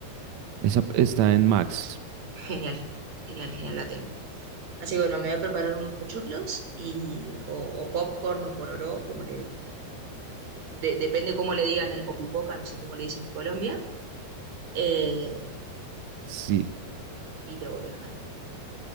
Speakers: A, on the right (about 90°); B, on the right (about 40°).
A: Esa p- está en Max.
B: Genial, genial, genial, la tengo. Así que bueno, me voy a preparar unos pochoclos y, o, o popcorn o pororó, como le... de- depende cómo le digan, o pipoca, no sé cómo le dicen en Colombia. eh,
A: Sí,
B: y te voy dejando.